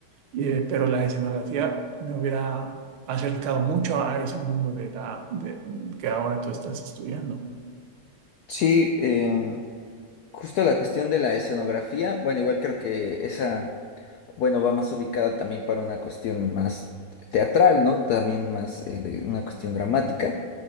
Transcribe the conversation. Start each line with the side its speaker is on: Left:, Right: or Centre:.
Right: Y, eh, pero la escenografía me hubiera acercado mucho a ese mundo de la, de, que ahora tú estás estudiando.
Left: Sí, em, Justo la cuestión de la escenografía, bueno, igual creo que esa, bueno, va más ubicada también para una cuestión más teatral, ¿no? También más eh, de una cuestión dramática,